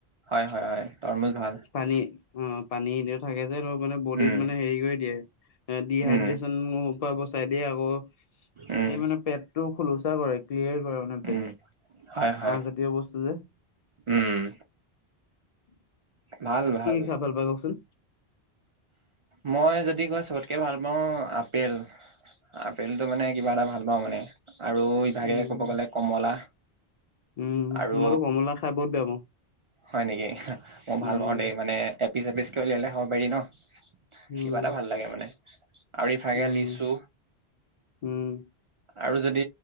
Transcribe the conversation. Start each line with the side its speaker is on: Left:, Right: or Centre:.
Right: হয় হয় হয় তৰমুজ ভাল।
Left: পানী অ পানী দি থাকে যে অলপ। মানে বডিত
Right: উম
Left: মানে হেৰি কৰি দিয়ে এ ডিহাইড্ৰেচন
Right: উম
Left: প ব চাই দিয়ে আকৌ
Right: উম
Left: এই মানে পেট টো খোলচা কৰে ক্লিয়াৰ মানেে
Right: উম হয় হয়
Left: আহজাতীয় বস্তু যে।
Right: উম।
Left: উম।
Right: ভাল ভাল।
Left: কি খাই ভাল পায় কওকচোন?
Right: মই যদি কোৱা চবতকৈ ভাল পাওঁ আপেল আপেলটো মানে কিবা এটা ভাল পাওঁ মানে। আৰু ইভাগে
Left: উম
Right: ক'ব গ'লে কমলা।
Left: উম
Right: আৰু
Left: মইতো কমলা খাই বহুত বেয়া পাওঁ।
Right: হয় নেকি?
Left: উম
Right: ভাল পাওঁ দেই মানে এপিচ এপিচকে উলিয়ালে হব পাৰি ন
Left: উম
Right: কিবা এটা ভাল লাগে মানে। আউৰিফাগে
Left: উম
Right: লিচু।
Left: উম
Right: আৰু যদি